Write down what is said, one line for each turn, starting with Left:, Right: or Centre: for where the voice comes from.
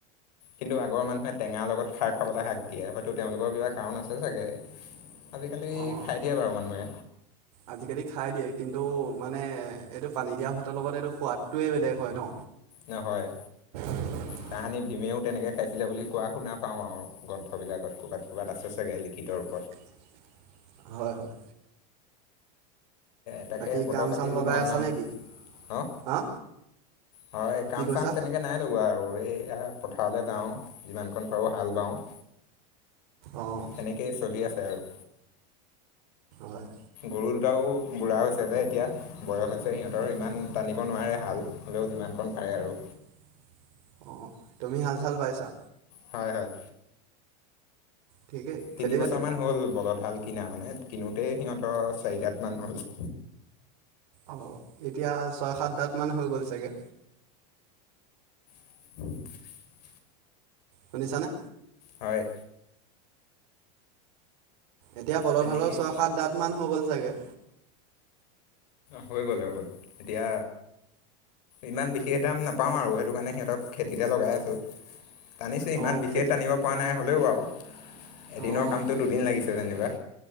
Left: কিন্তু আগৰ মানুহে টেঙাৰ লগত খাৰ খাবলৈ হাক দিয়ে, হয়তো তেওঁলোকৰ কিবা কাৰণ আছে চাগে। আজিকালি
Right: অঁ
Left: খাই দিয়ে বাৰু মানুহে।
Right: আজিকালি খাই দিয়ে কিন্তু মানে এইটো পানী দিয়া ভাতৰ লগত এইটো সোৱাদটোৱে বেলেগ হয় ন।
Left: নহয়।
Right: <unintelligible>
Left: তাহানি ভীমেও তেনেকৈ খাইছিলে বুলি কোৱা শুনা পাওঁ আৰু, গ্ৰন্থবিলাকত ক'ৰবাত, ক'ৰবাত আছে চাগে লিখিত ৰূপ
Right: <unintelligible> হয়
Left: তাকেহে
Right: বাকী
Left: বতৰ
Right: কাম
Left: পাতিবোৰ
Right: চাম লগাই
Left: ভাল
Right: আছা
Left: নহয়,
Right: নেকি
Left: অ'।
Right: হা
Left: হয়, কাম
Right: কি কৈছা
Left: চাম তেনেকে নাই লগোৱা আৰু এই এয়া, পথাৰলৈ যাওঁ, যিমানকণ পাৰোঁ হাল বাওঁ।
Right: অঁ
Left: তেনেকেই চলি আছে আৰু।
Right: হয়
Left: গৰু দুটাও বুঢ়া হৈছে যে এতিয়া বয়স হৈছে, সিহঁতৰ ইমান টানিব নোৱাৰে হাল, হ'লেও যিমান <unintelligible> আৰু।
Right: <unintelligible> অ', তুমি হাল-চাল বাইচা?
Left: হয়, হয়।
Right: ঠিকেই খেতি
Left: তিনি
Right: বাতি
Left: বছৰ মান হ'ল বলধ হাল কিনা মানে, কিনোতেই সিহঁতৰ চাৰিদাত মান হ'ল।
Right: অ', এতিয়া ছয় সাতদাত মান হৈ গ'ল চাগে।
Left: <unintelligible>
Right: শুনিছা নে?
Left: হয়।
Right: এতিয়া বলধহালৰ
Left: তেনেকেই
Right: ছয়-সাত দাত মান হৈ গ'ল চাগে।
Left: হৈ গ'ল হৈ গ'ল, এতিয়া ইমান বিশেষ দাম নাপাওঁ আৰু সেইটোকাৰণে সিহঁতক খেতিতে লগাই আছোঁ। টানিছে ইমান
Right: অঁ
Left: বিশেষ
Right: খেতিত
Left: টানিব পৰা নাই, হ'লেও আৰু এদিনৰ
Right: অঁ
Left: কামতো দুদিন লাগিছে যেনিবা।